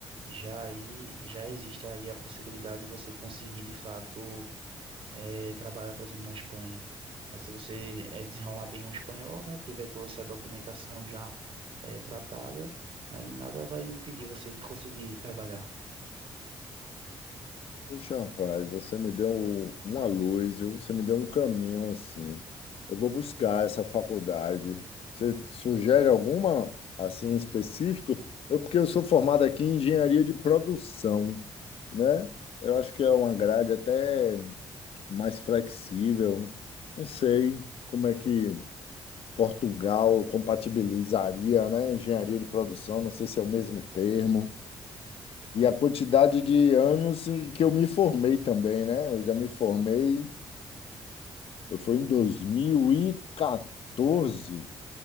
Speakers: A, on the right; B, on the left.
A: já aí já existe aí a possibilidade de você conseguir, de fato, eh, trabalhar, por exemplo, na Espanha. Aí, se você eh, desenrolar bem o espanhol, né? Tiver toda essa documentação já é, tratada, aí nada vai impedir você de conseguir trabalhar.
B: Puxa, rapaz, você me deu uma luz, viu? Você me deu um caminho assim. Eu vou buscar essa faculdade. Você sugere alguma assim específico? Eu, porque eu sou formado aqui em engenharia de produção, né? Eu acho que é uma grade até mais flexível. Não sei como é que Portugal compatibilizaria, né? Engenharia de produção, não sei se é o mesmo termo. E a quantidade de anos em que eu me formei também, né? Eu já me formei, eu fui em 2014.